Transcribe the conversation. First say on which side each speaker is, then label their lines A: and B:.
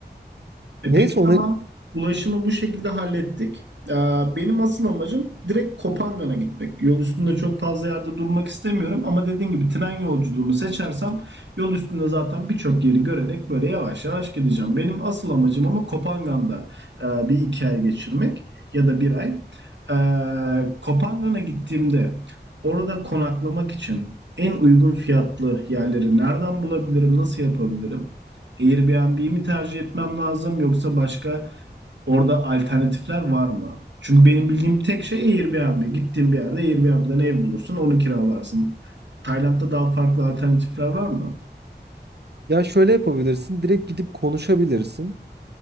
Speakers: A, on the right (about 85°); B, on the right (about 65°).
A: E
B: Neyse
A: peki
B: onu
A: tamam. Ulaşımı bu şekilde hallettik. Ee, Benim asıl amacım direkt Kopangan'a gitmek. Yol üstünde çok fazla yerde durmak istemiyorum ama dediğim gibi tren yolculuğunu seçersem yol üstünde zaten birçok yeri görerek böyle yavaş yavaş gideceğim. Benim asıl amacım ama Kopangan'da e, bir iki ay geçirmek ya da bir ay. Ee, Kopangan'a gittiğimde orada konaklamak için en uygun fiyatlı yerleri nereden bulabilirim, nasıl yapabilirim? Airbnb'yi mi tercih etmem lazım yoksa başka orada alternatifler var mı? Çünkü benim bildiğim tek şey Airbnb. Gittiğin bir yerde Airbnb'den ev bulursun, onu kiralarsın. Tayland'da daha farklı alternatifler var mı?
B: ya şöyle yapabilirsin. Direkt gidip konuşabilirsin.